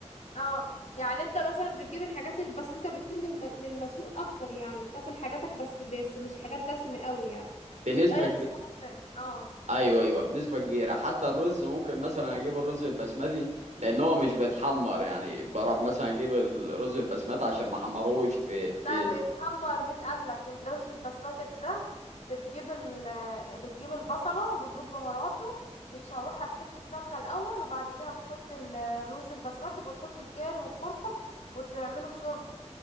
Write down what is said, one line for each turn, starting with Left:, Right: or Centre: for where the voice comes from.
Left: اه يعني انت مثلا بتجيب الحاجات ال- بس انت بتميل للم- للمسلوق اكتر يعني بتاكل حاجاتك بس بس مش حاجات دسمة قوي يعني
Right: بنسبة
Left: بتقلل
Right: كبيرة
Left: السمنة. اه
Right: ايوه ايوه بنسبه كبيره حتى الرز ممكن مثلا اجيب الرز البسمتي لان هو مش بيتحمر يعني بروح مثلا اجيب الرز البسمتي عشان ما احمروش في في
Left: لا بيتحمر مين قالك الرز البسمتك ده بتجيب ال بتجيب البصلة وبتجيب بهاراته بتشوحها في حتة سمنة الأول وبعد كده بتحط ال- الرز البسمتك وتحط الكاري والكركم وتعمله في شوربة